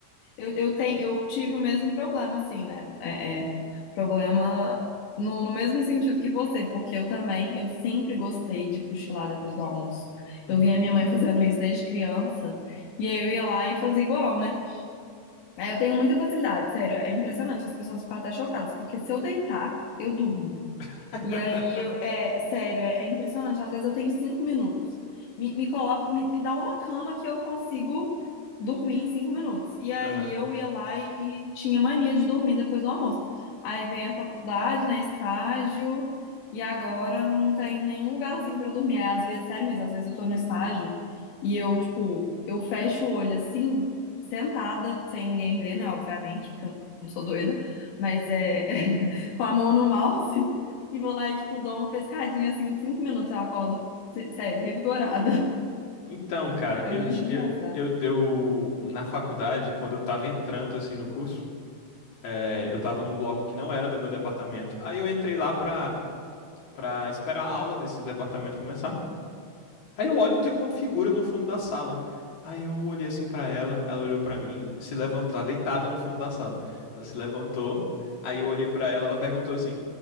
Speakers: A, on the left (about 85°); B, on the left (about 65°).
A: Eu, eu tenho, eu tive o mesmo problema, assim, né? É, é, problema no, no mesmo sentido que você, porque eu também, eu sempre gostei de cochilar depois do almoço.
B: Uhum.
A: Eu via minha mãe fazendo isso desde criança, e aí eu ia lá e fazia igual, né? Aí eu tenho muita facilidade, sério, é impressionante, as pessoas ficam até chocadas, porque se eu deitar, eu durmo.
B: <laughs>
A: E aí, eu, é sério, é, é impressionante. Às vezes eu tenho cinco minutos. Me, me coloca, me, me dá uma cama que eu consigo dormir em cinco minutos. E aí
B: Aham.
A: eu ia lá e, e tinha mania de dormir depois do almoço. Aí vem a faculdade, né, estágio, e agora não tem nenhum lugarzinho para eu dormir. Aí, às vezes, sério mesmo, às vezes eu tô no estágio e eu, tipo, eu fecho o olho assim, sentada, sem ninguém ver, né, obviamente, porque eu não sou doida, mas é <laughs> com a mão no mouse. E vou lá e, tipo, dou uma pescadinha assim, em cinco minutos eu acordo, sé- sério, revigorada. <laughs>
B: Então, cara,
A: É
B: eu,
A: muito
B: ti-
A: engraçado.
B: eu, eu, eu- na faculdade, quando eu tava entrando assim no curso, eh, eu tava num bloco que não era do meu departamento. Aí eu entrei lá pra, pra esperar a aula desse departamento começar. Aí eu olho, tem uma figura no fundo da sala. Aí eu olhei assim pra ela, ela olhou pra mim, se levantou, tá deitada no fundo da sala. Ela se levantou, aí eu olhei pra ela, ela perguntou assim: